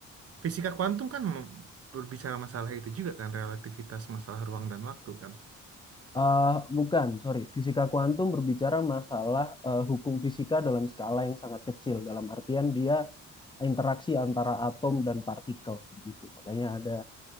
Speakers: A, on the right (about 50°); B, on the left (about 15°).
A: Fisika kuantum kan mem- berbicara masalah itu juga kan relativitas masalah ruang dan waktu kan.
B: Eh bukan, sorry. Fisika kuantum berbicara masalah eh, hukum fisika dalam skala yang sangat kecil. Dalam artian dia interaksi antara atom dan partikel begitu. Makanya ada